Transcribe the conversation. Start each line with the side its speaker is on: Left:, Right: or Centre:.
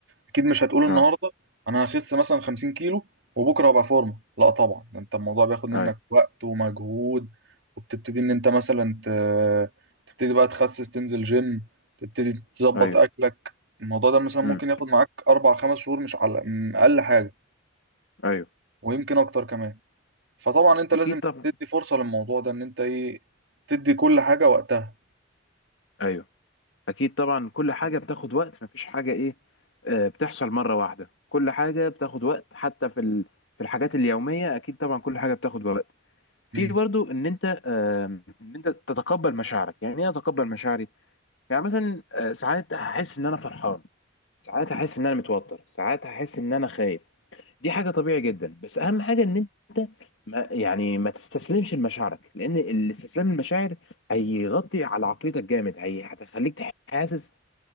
Right: اكيد مش هتقول النهارده
Left: اه
Right: انا هخس مثلا 50 كيلو وبكره هبقى فورمه لا طبعا ده انت الموضوع بياخد منك
Left: ايوه
Right: وقت ومجهود وبتبتدي ان انت مثلا ت... تبتدي بقى تخسس تنزل جيم تبتدي تظبط
Left: ايوه
Right: اكلك الموضوع ده مثلا
Left: م-
Right: ممكن ياخد معاك اربع خمس شهور مش على م- اقل حاجه
Left: ايوه
Right: ويمكن اكتر كمان فطبعا انت
Left: اكيد
Right: لازم
Left: طبعا
Right: تدي فرصه للموضوع ده ان انت ايه تدي كل حاجه وقتها
Left: ايوه اكيد طبعا كل حاجه بتاخد وقت مفيش حاجه ايه آه، بتحصل مره واحده كل حاجه بتاخد وقت حتى في ال... في الحاجات اليوميه اكيد طبعا كل حاجه بتاخد وقت
Right: مم.
Left: في برضو ان انت آه، ان انت تتقبل مشاعرك يعني ايه اتقبل مشاعري يعني مثلا آه، ساعات هحس ان انا فرحان ساعات هحس ان انا متوتر ساعات هحس ان انا خايف دي حاجه طبيعي جدا بس اهم حاجه ان انت ما يعني ما تستسلمش لمشاعرك لان الاستسلام للمشاعر هيغطي على عقليتك جامد هي هتخليك حاسس